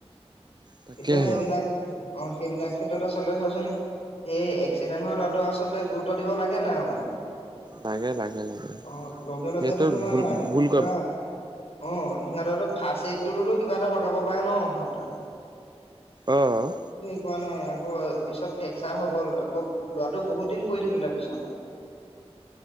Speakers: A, on the right; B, on the left.
A: তাকেহে
B: এতিয়া সেইবিলাক অ সেইবিলাক ক্ষেত্ৰত আচলতে চোৱাচোন সেই এক্সিডেণ্ট হোৱা ল'ৰাটো আচলতে গুৰুত্ব দিব লাগে নাই অকণমান
A: লাগে লাগে লাগে
B: অ লগে লগেতো
A: সেইটো
B: তোমাৰ
A: ভুল ভুল
B: কিবা
A: ক
B: অ সিহঁতেতো ফাৰ্ষ্ট এইডটোতো কিবা এটা লগাব পাৰে ন সিহঁতে
A: অহ
B: পোৱা নাই আকৌ পিছত ফ্ৰেকচাৰ হৈ গ'ল আকৌ ল'ৰাটো বহুত দিন পৰি থাকিলে বিছনাত